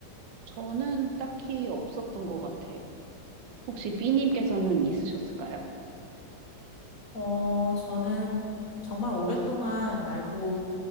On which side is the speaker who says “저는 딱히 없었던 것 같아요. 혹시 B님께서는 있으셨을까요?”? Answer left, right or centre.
Right